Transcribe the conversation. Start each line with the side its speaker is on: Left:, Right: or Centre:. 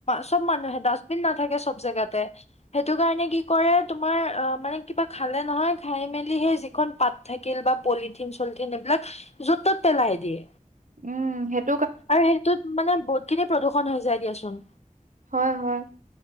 Left: চব মানুহে দাছ নাথাকে চব জেগাতে। সেইটো কাৰণে কি কৰে তোমাৰ মানে কিবা খালে নহয় খাই মেলি সেই যিখন পাত থাকিল বা পলিথিন চলিথিন এইবিলাক য'ত ত'ত পেলাই দিয়ে।
Right: উম সেত
Left: আৰু সেইটোত মানে বহুত কেতিয়া প্ৰদূষণ হৈ যায় দিয়াচোন
Right: হয় হয়